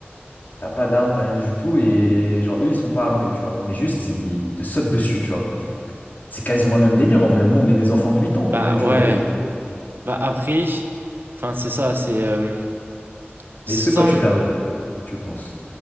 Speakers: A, on the left (about 45°); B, on the right (about 55°).
A: T'as pas d'armes, t'as rien du tout. Et genre, eux, ils sont pas armés, tu vois. Mais juste, ils te sautent dessus, tu vois. C'est quasiment le même délire. En vrai, nous, on est des enfants de 8 ans pour
B: Bah
A: lui, tu
B: ouais.
A: vois, le gorille.
B: Bah après, enfin, c'est ça, c'est euh, cent
A: Mais est-ce que toi, tu perdrais, tu penses?